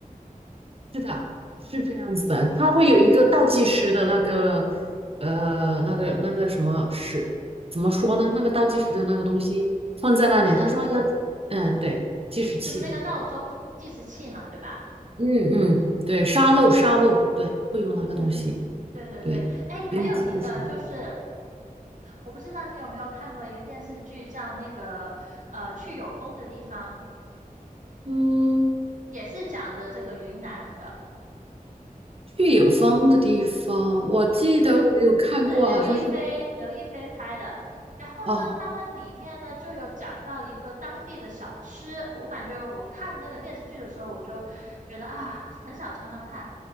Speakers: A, on the right; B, on the right.
A: 是的，是这样子的，它会有一个倒计时的那个，呃，那个那个什么时，怎么说呢？那个倒计时的那个东西放在那里，
B: 就是
A: 他说要，嗯，对，计时器，
B: 就是那个闹钟计时器嘛，对吧？
A: 嗯嗯，对，沙漏沙漏，对，会用那个东西，
B: 嗯，对对对，
A: 对，
B: 哎，还有一个就是，
A: 给你提个醒，
B: 我不知道你有没有看过一个电视剧，叫那个呃《去有风的地方》，
A: 嗯。
B: 也是讲的这个云南的。
A: 去有风的地方，我记得我有看过，
B: 是刘亦菲，
A: 好像是
B: 刘亦菲拍的。然后呢，
A: 哦，
B: 他们里面呢就有讲到一个当地的小吃，我感觉我看那个电视剧的时候，我就觉得啊，很想尝尝看。